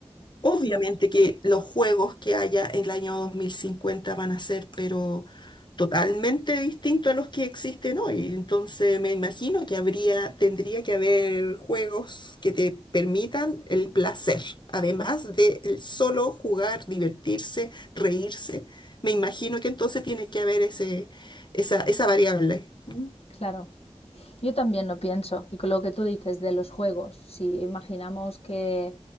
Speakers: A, on the left; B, on the left.
A: Obviamente que los juegos que haya en el año 2050 van a ser, pero totalmente distintos a los que existen hoy. Entonces me imagino que habría, tendría que haber juegos que te permitan el placer, además de el solo jugar, divertirse, reírse. Me imagino que entonces tiene que haber ese, esa, esa variable. ¿Mm?
B: Claro, yo también lo pienso. Y con lo que tú dices de los juegos, si imaginamos que